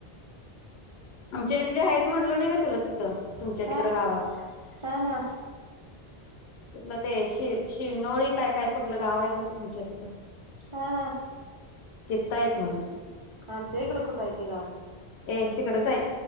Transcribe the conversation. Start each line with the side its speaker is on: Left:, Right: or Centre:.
Left: आमच्या इथले हायेत म्हणलो नाय होय तुला तिथं तुमच्या
Right: हाय.
Left: तिकड गावात.....
Right: हा हा
Left: कुठलं ते शि शिरनोळी काय काय कुठलं गाव हाय बघ तुमच्या तिथ.......
Right: हा हा...
Left: तिथं आहेत म्हण ते....
Right: आमचे इकड कुठ हाय ते गाव..
Left: ये तिकडच आहे